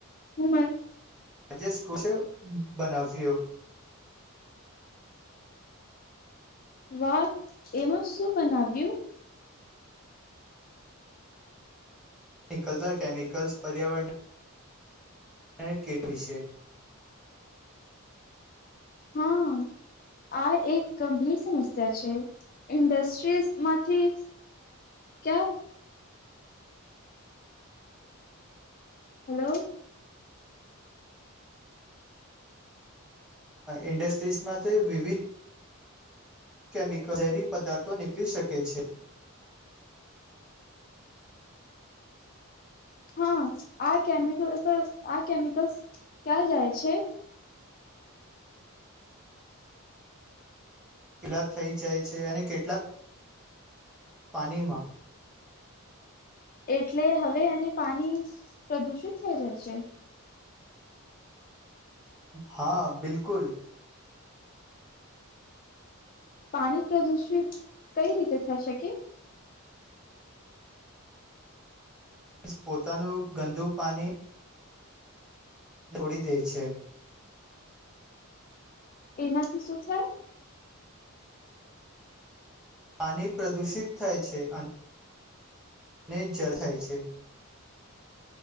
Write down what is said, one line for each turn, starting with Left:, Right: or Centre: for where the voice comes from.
Left: બ <inaudible>
Centre: આજે સ્કોસે બનાવ્યો. <inaudible>
Left: વાહ એમાં શું. બનાવ્યું.
Centre: નીકળતા કેમિકલ્સ, પર્યાવરણ ને એને કેટ વિશે <inaudible>
Left: હા. આ એક ગંભીર સમસ્યા છે. ઇન્ડસ્ટ્રીઝ માંથી ક્યા. હેલો.
Centre: ઇન્ડસ્ટ્રીઝ માં વિવિધ કેમિકલ ઝેરી પદાર્થો નીકળી શકે છે.
Left: હા, આ કેમિકલ્, આ કેમિકલ્સ, ક્યાં જાય છે.
Centre: કિલ્લા થઈ જાય છે અને કેટલાક પાણીમાં <unintelligible>
Left: એટલે હવે એને પાણી પ્રદુષિત થઈ જાય છે.
Centre: હા, બિલકુલ.
Left: પાણી પ્રદુષિત કઈ રીતે થઈ શકે.
Centre: પોતાનું ગંદુ પાણી છોડી દે છે.
Left: એનાંથી શું થાય.
Centre: પાણી પ્રદૂષિત થાય છે. અને ને જળ થાય છે.